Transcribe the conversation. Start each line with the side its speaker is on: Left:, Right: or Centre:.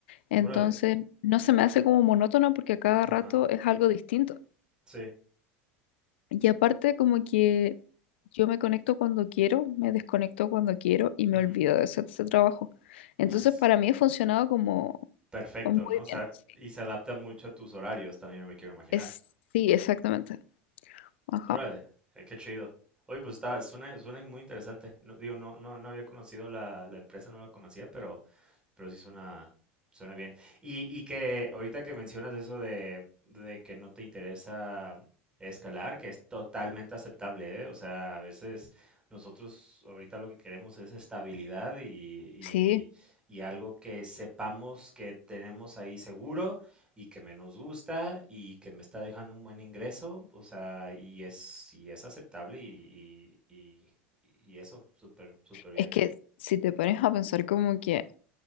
Left: Entonces,
Right: Órale.
Left: no se me hace como monótono porque a cada rato
Right: Ajá,
Left: es algo distinto.
Right: sí.
Left: Y aparte, como que yo me conecto cuando quiero, me desconecto cuando quiero y me
Right: ujú,
Left: olvido de hacer ese trabajo. Entonces,
Right: Nice.
Left: para mí ha funcionado como
Right: Perfecto,
Left: muy
Right: ¿no? O sea,
Left: bien. Sí,
Right: y se adapta mucho a tus horarios, también me quiero imaginar.
Left: es, sí, exactamente. Ajá.
Right: Órale, eh, qué chido. Oye, pues está, suena, suena muy interesante. No, digo, no, no, no había conocido la, la empresa, no la conocía, pero pero sí suena, suena bien. Y, y que ahorita que mencionas eso de, de que no te interesa escalar, que es totalmente aceptable, ¿eh? O sea, a veces nosotros ahorita lo que queremos es estabilidad y, y-
Left: Sí,
Right: y algo que sepamos que tenemos ahí seguro y que me nos gusta y que me está dejando un buen ingreso, o sea, y es, y es aceptable y, y- y- y eso, súper, súper bien.
Left: es que si te pones a pensar como que